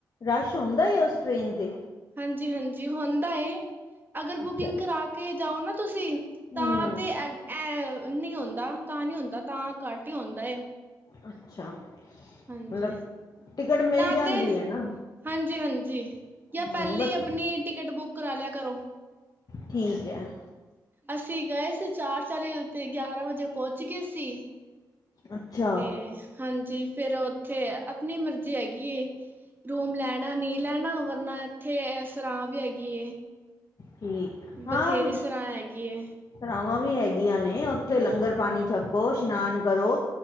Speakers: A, on the left; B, on the right.
A: ਰਸ਼ ਹੁੰਦਾ ਏ ਉਸ ਟ੍ਰੇਨ 'ਤੇ।
B: ਹਾਂਜੀ ਹਾਂਜੀ ਹੁੰਦਾ ਅਗਰ
A: ਅੱਛਾ
B: ਬੁਕਿੰਗ ਕਰਾ ਕੇ ਜਾਓ ਨਾ ਤੁਸੀਂ ਤਾਂ
A: ਹੂੰ
B: ਤੇ ਇਹ ਨਹੀਂ ਹੁੰਦਾ ਤਾਂ ਨਹੀਂ ਹੁੰਦਾ ਤਾਂ ਘੱਟ ਹੀ ਹੁੰਦਾ।
A: ਅੱਛਾ।
B: ਹਾਂਜੀ।
A: ਮਤਲਬ ਟਿਕਟ ਮਿਲ
B: ਤਾਂ
A: ਜਾਂਦੀ
B: ਤੇ
A: ਹੈ ਨਾ।
B: ਹਾਂਜੀ ਹਾਂਜੀ ਜਾਂ
A: ਹੂੰ
B: ਪਹਿਲਾਂ
A: ਬਸ
B: ਹੀ ਆਪਣੀ ਟਿਕਟ ਬੁੱਕ ਕਰਾ ਲਿਆ ਕਰੋ।
A: ਠੀਕ ਹੈ।
B: ਅਸੀਂ ਗਏ ਸੀ ਚਾਰ ਚਾਲੀ ਤੇ ਗਿਆਰਾਂ ਵਜੇ ਪਹੁੰਚ ਗਏ ਸੀ।
A: ਅੱਛਾ
B: ਤੇ ਹਾਂਜੀ ਫੇਰ ਉੱਥੇ ਆਪਣੀ ਮਰਜ਼ੀ ਹੈਗੀ ਰੂਮ ਲੈਣਾ ਨਹੀਂ ਲੈਣਾ ਵਰਨਾ ਇੱਥੇ ਸਰਾਂ ਵੀ ਹੈਗੀ।
A: ਠੀਕ। ਹਾਂ
B: ਬਥੇਰੀ ਸਰਾਂ ਹੈਗੀ।
A: ਸਰਾਵਾਂ ਵੀ ਹੈਗੀਆਂ ਨੇ ਉੱਥੇ ਲੰਗਰ ਪਾਣੀ ਛੱਕੋ ਇਸ਼ਨਾਨ ਕਰੋ।